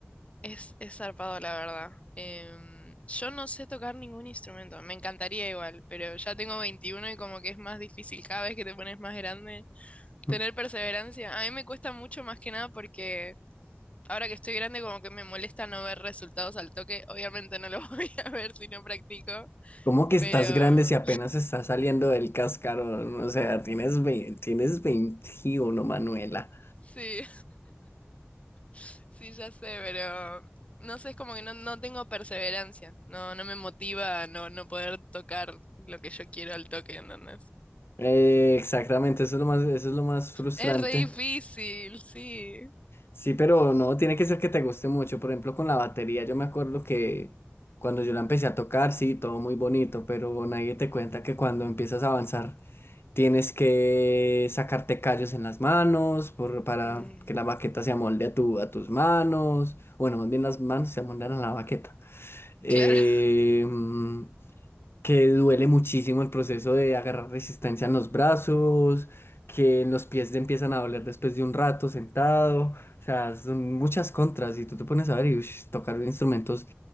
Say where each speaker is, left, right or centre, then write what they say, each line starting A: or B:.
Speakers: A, on the left (about 30°); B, on the left (about 65°).
A: es, es zarpado, la verdad. Em, yo no sé tocar ningún instrumento. Me encantaría igual, pero ya tengo 21 y como que es más difícil cada vez que te pones más grande.
B: <laughs>
A: Tener perseverancia. A mí me cuesta mucho más que nada porque... Ahora que estoy grande, como que me molesta no ver resultados al toque. Obviamente no los <laughs> voy a ver si no practico,
B: ¿Cómo que estás
A: pero
B: grande si apenas estás saliendo del cascarón? O sea, tienes, vei- tienes 21 Manuela.
A: sí, <laughs> sí, ya sé, pero no sé, es como que no, no tengo perseverancia. No, no me motiva a no, no poder tocar lo que yo quiero al toque, ¿entendés?
B: Eh, exactamente, eso es lo más, eso es lo más frustrante.
A: Es re difícil, sí.
B: Sí, pero no, tiene que ser que te guste mucho. Por ejemplo, con la batería, yo me acuerdo que cuando yo la empecé a tocar, sí, todo muy bonito, pero nadie te cuenta que cuando empiezas a avanzar, tienes que sacarte callos en las manos por, para
A: Mm,
B: que la baqueta se amolde a tu, a tus manos. Bueno, más bien las manos se amoldan a la baqueta. eh,
A: claro.
B: mm, que duele muchísimo el proceso de agarrar resistencia en los brazos, que en los pies te empiezan a doler después de un rato sentado, o sea, son muchas contras y tú te pones a ver y ush, tocar instrumentos